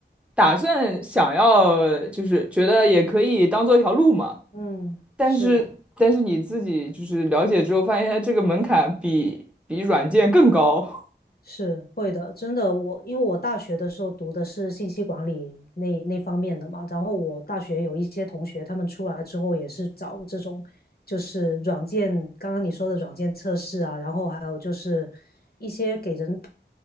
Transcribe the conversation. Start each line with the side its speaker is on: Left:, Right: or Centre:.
Centre: 打算想要，就是觉得也可以当做一条路嘛。
Left: 嗯，
Centre: 但是，
Left: 是。
Centre: 但是你自己就是了解之后，发现这个门槛比比软件更高。
Left: 是会的，真的，我因为我大学的时候读的是信息管理那那方面的嘛，然后我大学有一些同学，他们出来之后也是找这种，就是软件，刚刚你说的软件测试啊，然后还有就是一些给人